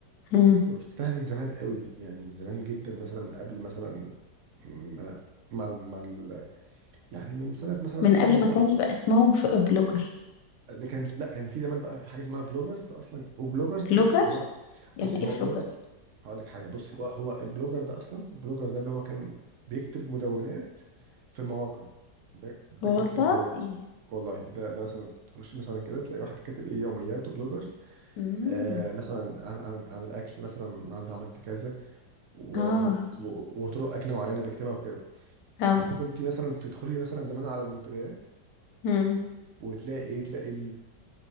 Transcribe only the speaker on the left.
مم.
من
قبل ما كان يبقى اسمهم ف- بلوجر
بلوجر
يعني
ايه
بلوجر؟
والله
ايه
امم
اه
اه
مم.